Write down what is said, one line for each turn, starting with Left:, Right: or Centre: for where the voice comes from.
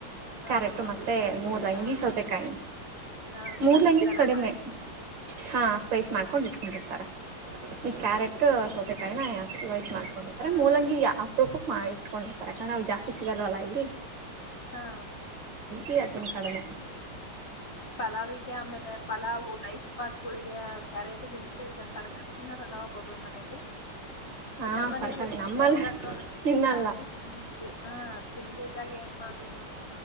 Left: ಹಾ
Right: ಕ್ಯಾರೆಟ
Left: ಹಾ ಅದೇ
Right: ಮತ್ತೆ
Left: ಸೈಜ್
Right: ಮೂಲಂಗಿ
Left: ಹಾ
Right: ಸೌತೆಕಾಯಿ
Left: ಹಾ
Right: ಮೂಲಂಗಿ
Left: ಸೈಜ್ ತರ
Right: ಕಡಿಮೆ
Left: ಮಾಡಿ
Right: ಹಾ ಸ್ಪೈಸ್ ಮಾಡ್ಕೊಂಡ ಇಟ್ ಕೊಂಡಿರ್ತಾರೆ ಈ
Left: ಹಾ
Right: ಕ್ಯಾರೆಟ್ ಸೌತೆ ಕೈ ನ ಆ ವೈಸ್ ಮಾಡ ಅಂದ್ರೆ
Left: ಹಾ
Right: ಮೂಲಂಗಿ ಯ ರೂಪಕ್ ಮಾಡಿಟ್ಕೊಂಡಿರ್ತಾರೆಕ <unintelligible> ಜಾಸ್ತಿ ಸಿಗಲ್ವಲ್ಲ ಇಲ್ಲಿ
Left: ಹಾ
Right: ಇ ಅತಂ ಕಡಮೆ
Left: ಪಲಾವಿಗೆ ಆಮೇಲೆ ಪಲಾವ್ ರೈಸ್ ಪಾತ್ಗಳಿಗೆ ಕ್ಯಾರೆಟ್ ಬಿನ್ಸ ಈಗ ತರಕಾರಿ ತಿನ್ನಾರಲ್ಲ ಒಬ್ಬೊಬ್ಬರು ಮನೇಲಿ
Right: ಹಾ
Left: ನಮ್ಮ ಮನೇಲ್ಲ
Right: ತರಕಾರಿ
Left: ಸ
Right: ನಮ್ಮಲ್ಲಿ
Left: ಯಾವಾಗಾದ್
Right: ತಿನ್ನಲ್ಲ
Left: ಜಾಸ್ತಿ ತಿ ಹ ತಿಂದಿದಾಗ ಏ ಮಾಡ್ಬಿಡ್